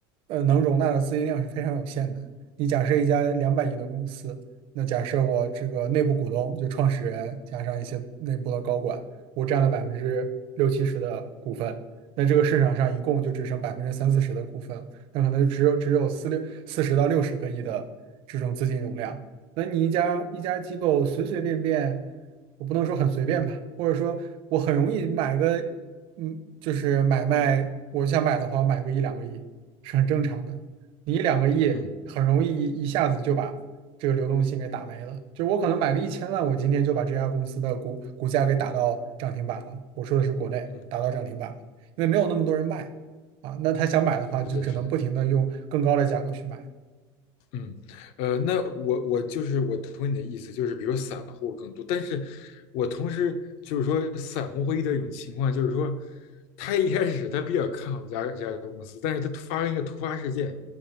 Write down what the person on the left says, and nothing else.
嗯
嗯，
是的，
是的。嗯，呃，那我我就是我同意你的意思，就是比如说散户更多，但是我同时就是说散户会遇到一种情况，就是说他一开始他比较看好这家这家公司，但是他突发生一个突发事件，